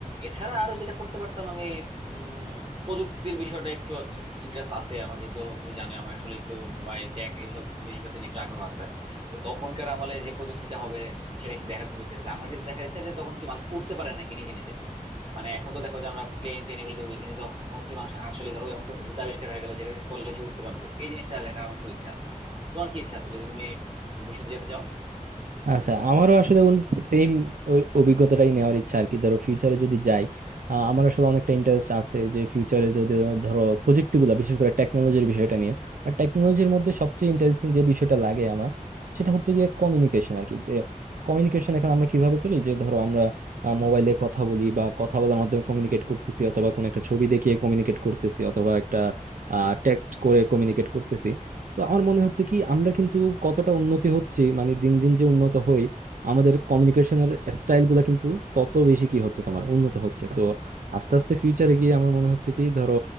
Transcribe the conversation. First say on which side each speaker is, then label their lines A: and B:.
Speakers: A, on the right (about 40°); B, on the right (about 80°).
A: এছাড়া আরো যেটা করতে পারতাম আমি উম প্রযুক্তির বিষয়টা একটু ইন্টারেস্ট আছে আমার যেহেতু তুমি জানো আমার আসলে একটু মোবাইল ট্যাক এইসব জিনিসপাতি নিয়ে একটু আগ্রহ আছে তো তখনকার আমলে যে প্রযুক্তিটা হবে সেটা কি দেখার খুব ইচ্ছা আছে আমার যেটা দেখার ইচ্ছা যে তখন কি মানুষ উঠতে পারে নাকি নিজে নিজে মানে এখন তো দেখো যে আমরা প্লেন ট্রেন এগুলো উড়ি কিন্তু তখন কি মানুষ আসলে ধরো এমন কোনো জুতা আবিষ্কার হয়ে গেল যেটা পরলে সে উঠতে পারবে এই জিনিসটা দেখার আমার খুব ইচ্ছা আছে তোমার কি ইচ্ছা আছে যদি তুমি ভবিষ্যতে যেতে চাও
B: আচ্ছা আমারও আসলে বন্ধু সেম অভিজ্ঞতাটাই নেওয়ার ইচ্ছা আর কি ধরো ফিউচারে যদি যাই আহ, আমার আসলে অনেকটা ইন্টারেস্ট আছে যে ফিউচারে যদি ধরো প্রযুক্তিগুলো বিশেষ করে টেকনোলজির বিষয়টা নিয়ে আর টেকনোলজির মধ্যে সবচেয়ে ইন্টারেস্টিং যে বিষয়টা লাগে আমার সেটা হচ্ছে গিয়ে কমিউনিকেশন আর কি কমিউনিকেশন এখন আমরা কিভাবে করি যে ধরো আমরা মোবাইলে কথা বলি বা কথা বলার মাধ্যমে কমিউনিকেট করতেছি অথবা কোনো একটা ছবি দেখিয়ে কমিউনিকেট করতেছি অথবা একটা টেক্সট করে কমিউনিকেট করতেছি তো আমার মনে হচ্ছে কি আমরা কিন্তু কতটা উন্নতি হচ্ছে মানে দিন দিন যে উন্নত হই আমাদের কমিউনিকেশনের স্টাইল গুলা কিন্তু তত বেশি কি হচ্ছে তোমার উন্নত হচ্ছে তো আস্তে আস্তে ফিউচারে গিয়ে আমার মনে হচ্ছে কি ধরো